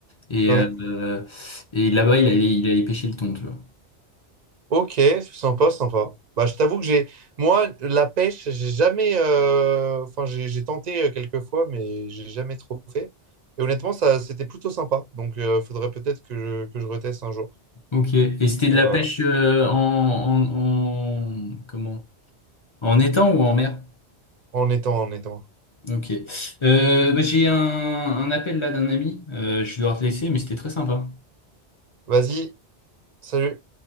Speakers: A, on the left (about 50°); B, on the right (about 60°).
A: Et,
B: ouais.
A: euh, et là-bas, il allait, il allait pêcher le thon, tu vois.
B: Ok, sympa, sympa. Bah, je t'avoue que j'ai... Moi, la pêche, j'ai jamais... euh, Enfin, j'ai j'ai tenté euh, quelques fois, mais j'ai jamais trop fait. Et honnêtement, ça, c'était plutôt sympa. Donc, euh, faudrait peut-être que je, que je reteste un jour.
A: Ok. Et c'était de
B: Et
A: la
B: voilà.
A: pêche euh, en, en, en... Comment? En étang ou en mer?
B: En étant, en étant.
A: Ok. Euh, bah, j'ai un, un appel là d'un ami. Euh, je vais devoir te laisser, mais c'était très sympa.
B: Vas-y, salut.